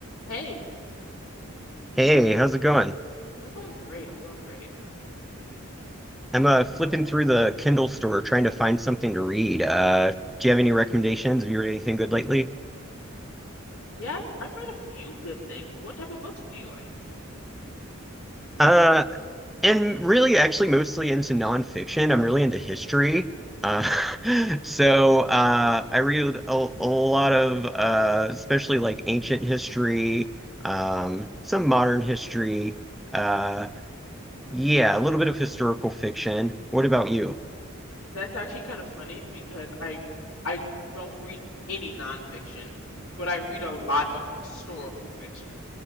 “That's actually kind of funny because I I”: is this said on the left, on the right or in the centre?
Left